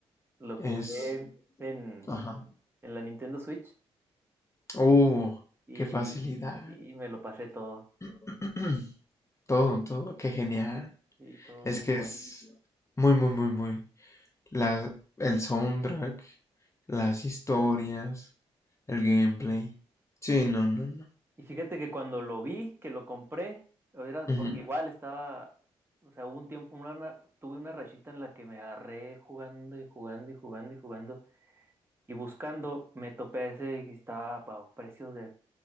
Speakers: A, on the right; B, on the left.
A: Lo jugué
B: Es.
A: en,
B: Ajá.
A: en la Nintendo Switch
B: Uh,
A: y
B: qué facilidad.
A: sí, me lo pasé todo.
B: <clears throat> <coughs> todo, todo. Qué genial.
A: Y todo
B: Es
A: muy
B: que
A: bueno.
B: es muy, muy, muy, muy. La, el soundtrack, las historias, el gameplay. Sí, no, no, no.
A: Y fíjate que cuando lo vi, que lo compré, era
B: Ujú.
A: porque igual estaba, o sea, hubo un tiempo, una- una- tuve una rachita en la que me agarré jugando y jugando y jugando y jugando y buscando, me topé ese que estaba a precios de,